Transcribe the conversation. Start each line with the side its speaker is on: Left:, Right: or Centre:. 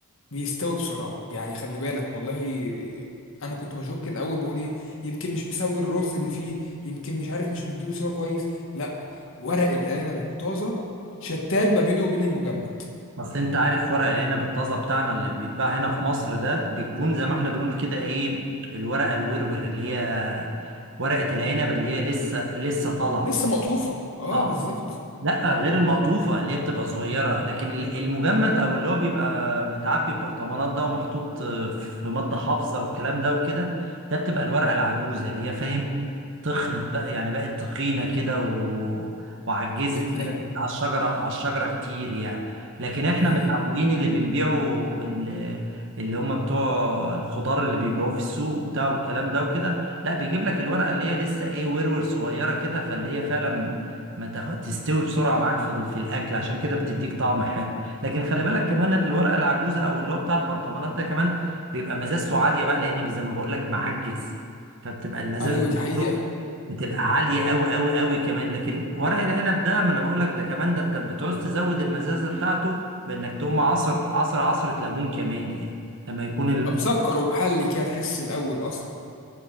Left: بيستوي بسرعة يعني خلي بالك والله انا كنت بشك الاول بقول ايه يمكن مش مسوي الرز اللي فيه يمكن مش عارف مش مديله سوا كويس لا ورق العنب الطازة شتان ما بينه وبين المجمد
Right: اصل انت عارف ورق العنب الطازه بتاعنا اللي بيتباع هنا في مصر ده بتكون زي ما احنا بنقول كده ايه الورقه الورور اللي هي ورقه العنب اللي هي لسه لسه طالعه
Left: لسه مقطوفة اه
Right: اه
Left: بالظبط
Right: لا غير المقطوفة اللي هي بتبقى صغيرة لكن ال- المجمد او اللي هو بيبقى متعبي ببرطمانات ده ومحطوط في مادة حافظة والكلام ده وكده ده بتبقى الورقة العجوزة اللي هي فاهم تخنت بقى يعني بقت تخينة كده و... وعجزت
Left: بقت
Right: كده
Left: نية
Right: على الشجرة على الشجرة كتير يعني لكن احنا
Left: دي حقيقة
Right: متعودين اللي بنبيعه اللي, اللي هم بتوع الخضار اللي بيبيعوه في السوق وبتاع والكلام ده وكده لا بيجيب لك الورقة اللي هي لسه ايه ورور صغيرة كده فاللي هي فعلا ما تاخد تستوي بسرعه معاك في ال- في الاكل عشان كده بتديك طعم حلو لكن خلي بالك كمان إن الورقه العجوزه او اللي هو بتاع البرطمانات ده كمان بيبقى مزازته عاليه بقى لان زي ما بقول لك معجز فبتبقى المزازه
Left: ايوه
Right: بتاعته
Left: دي حقيقة
Right: بتبقى عاليه قوي قوي قوي كمان لكن ورق العنب ده ما انا بقول لك ده كمان ده انت بتعوز تزود المزازه بتاعته بانك تقوم عصر عصر عصره ليمون كمان يعني لما يكون
Left: بيبقى مسكر ومحلي كده تحس الاول اصلا